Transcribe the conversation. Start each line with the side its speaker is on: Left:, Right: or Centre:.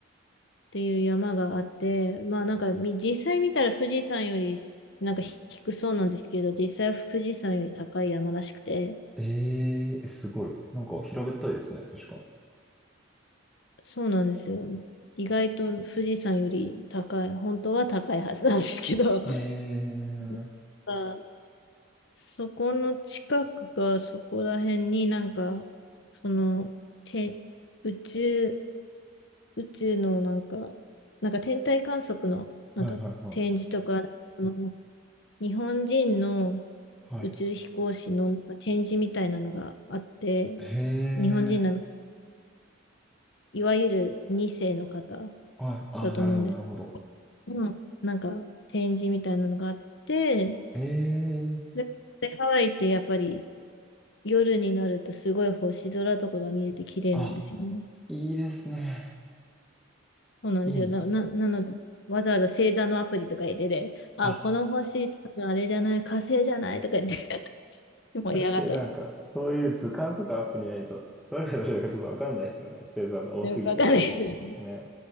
Left: ていう山があって、まあなんかみ実際見たら富士山よりなんか低そうなんですけど、実際は富士山より高い山らしくて、
Centre: えーえ、すごい。なんか平べったいですね、確か
Left: そうなんですよ。意外と富士山より高い、本当は高いはずなんですけど、
Centre: に。えー
Left: <laughs> あそこの近くかそこら辺になんか、その、て、宇宙、宇宙のなんか、なんか天体観測のなんか展示とか、
Centre: はいはいはい。
Left: その日本人の
Centre: はい。
Left: 宇宙飛行士の展示みたいなのがあって、
Centre: へ
Left: 日本人なの、
Centre: ー
Left: いわゆる2世の方
Centre: はい。ああ、
Left: だと思うんです
Centre: なるほどなるほど。
Left: けど、なんか展示みたいなのがあって、
Centre: えー
Left: で、でハワイってやっぱり夜になるとすごい星空とかが見えて綺麗なんですよね。
Centre: あ、いいですね。
Left: そうなんですよ。
Centre: いいな。
Left: な、な、なので、わざわざ星座のアプリとか入れて、あ、
Centre: あ
Left: この星、多分あれじゃない、火星じゃないとか言って <laughs> 盛り上がったり、
Centre: 確かになんか、そういう図鑑とかアプリないと、どれがどれだかちょっとわかんないですよね。星座が多すぎて。
Left: わかんないですよね。
Centre: ね。